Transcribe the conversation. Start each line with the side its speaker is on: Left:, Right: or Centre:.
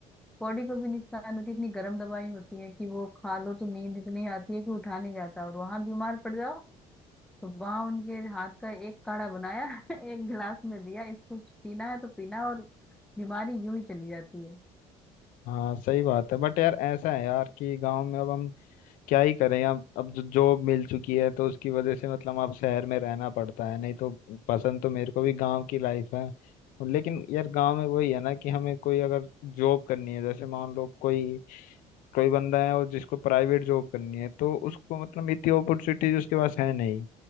Centre: बॉडी को भी नुकसान होती है इतनी गर्म दवाई होती है कि वो खा लो तो नींद इतनी आती है कि उठा नहीं जाता और वहां बीमार पड़ जाओ तो वहां उनके हाथ का एक काढ़ा बनाया <laughs> एक गिलास में दिया इसको पीना है तो पीना और बीमारी यूं ही चली जाती है
Left: हाँ सही बात है बट यार ऐसा है यार कि गांव में अब हम क्या ही करें अब अब जो जॉब मिल चुकी है तो उसकी वजह से मतलब अब शहर में रहना पड़ता है नहीं तो पसंद तो मेरे को भी गांव की लाइफ है लेकिन यार गांव में वही है ना कि हमें कोई अगर जॉब करनी है जैसे मान लो कोई कोई बंदा है और जिसको प्राइवेट जॉब करनी है तो उसको मतलब इतनी अपॉर्चुनिटीज उसके पास है नहीं